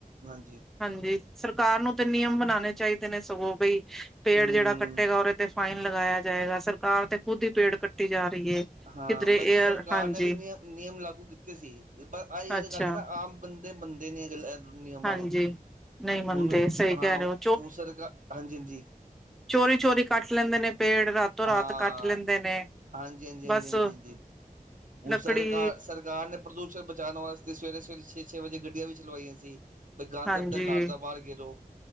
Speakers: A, on the right (about 60°); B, in the centre.
A: ਹਾਂਜੀ।
B: ਹਾਂਜੀ ਸਰਕਾਰ ਨੂੰ ਤੇ ਨਿਯਮ ਬਣਾਨੇ ਚਾਹੀਦੇ ਨੇ ਸਗੋਂ ਬਈ ਪੇੜ
A: ਹਮ
B: ਜਿਹੜਾ ਕੱਟੇਗਾ ਉਰੇ ਤੇ ਫਾਈਨ ਲਗਾਇਆ ਜਾਏਗਾ ਸਰਕਾਰ ਤੇ ਖੁਦ ਹੀ ਪੇੜ ਕੱਟੀ ਜਾ ਰਹੀ ਏ।
A: ਹਾਂ
B: ਕਿਧਰੇ
A: ਬਲਕਿ
B: ਏਅਰ
A: ਸਰਕਾਰ
B: ਹਾਂਜੀ
A: ਨੇ ਤੇ ਨਿਯਮ ਨਿਯਮ ਲਾਗੂ ਕੀਤੇ ਸੀ ਪਰ ਆਈ
B: ਅੱਛਾ
A: ਤਾਂ ਗੱਲ ਐ ਨਾ ਆਮ ਬੰਦਾ ਤੇ ਬੰਦੇ ਨੇ ਅਗਰ ਅ
B: ਹਾਂਜੀ ਨਹੀਂ ਮੰਨਦੇ
A: ਮਨੂੰ <unintelligible>
B: ਸਹੀ
A: ਹਾਂ
B: ਕਹਿ ਰਹੇ ਹੋ
A: ਉਸਰ ਹਾਂਜੀ- ਹਾਂਜੀ।
B: ਚੋਰੀ-ਚੋਰੀ ਕੱਟ ਲੈਂਦੇ ਨੇ। ਪੇੜ ਰਾਤੋਂ ਰਾਤ
A: ਹਾਂ,
B: ਕੱਟ ਲੈਂਦੇ ਨੇ
A: ਹਾਂਜੀ -ਹਾਂਜੀ
B: ਬਸ
A: -ਹਾਂਜੀ -ਹਾਂਜੀ ਜੀ। ਹੁਣ
B: ਲੱਕੜੀ
A: ਸਰਕਾਰ-ਸਰਕਾਰ ਨੇ ਪ੍ਰਦੂਸ਼ਣ ਬਚਾਉਣ ਵਾਸਤੇ ਸਵੇਰੇ-ਸਵੇਰੇ ਛੇ-ਛੇ ਵਜੇ ਗੱਡੀਆਂ ਵੀ ਚਲਵਾਈਆਂ ਸੀ। ਬਈ ਗੰ
B: ਹਾਂਜੀ
A: ਦਬ ਦਾ ਘਰ ਦਾ ਬਾਹਰ ਗਰੋ